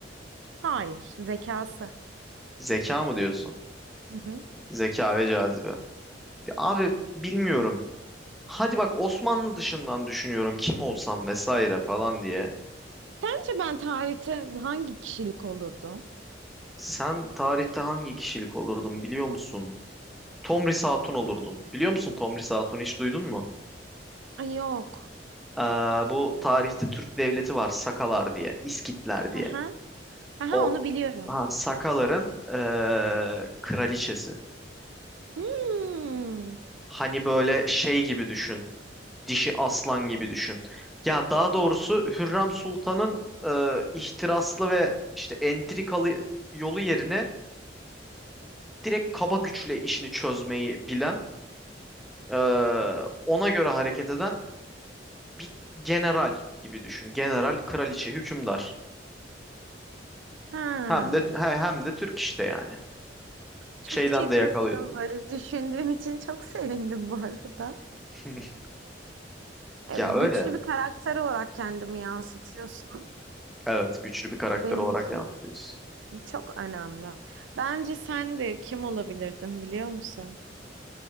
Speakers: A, on the right; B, in the centre.
A: Hayır, zekası.
B: Zeka mı diyorsun?
A: Hı hı.
B: Zeka ve cazibe. Abi bilmiyorum. Hadi bak Osmanlı dışından düşünüyorum kim olsam vesaire falan diye.
A: Sence ben tarihte hangi kişilik olurdum?
B: Sen tarihte hangi kişilik olurdun biliyor musun? Tomris Hatun olurdun. Biliyor musun Tomris Hatun hiç duydun mu?
A: Ay yok.
B: Ee, bu tarihte Türk devleti var Sakalar diye, İskitler diye.
A: Aha. Aha
B: O
A: onu biliyorum.
B: ha, Sakaların ee, kraliçesi.
A: Hmm.
B: Hani böyle şey gibi düşün. Dişi aslan gibi düşün. Ya daha doğrusu Hürrem Sultan'ın e, ihtiraslı ve işte entrikalı yolu yerine direkt kaba güçle işini çözmeyi bilen, e, ona göre hareket eden bir general gibi düşün. General, kraliçe, hükümdar.
A: Ha.
B: Hem de he- hem de Türk işte yani.
A: Çok
B: Şeyden
A: teşekkür
B: de yakalıyorsun.
A: ederim böyle düşündüğün için çok sevindim bu arada.
B: <laughs>
A: E,
B: Ya
A: Güçlü
B: öyle.
A: bir karakter olarak kendimi yansıtıyorsun.
B: Evet, güçlü bir karakter
A: benim
B: olarak
A: için
B: yansıtıyorsun.
A: çok önemli. Bence sen de kim olabilirdin biliyor musun?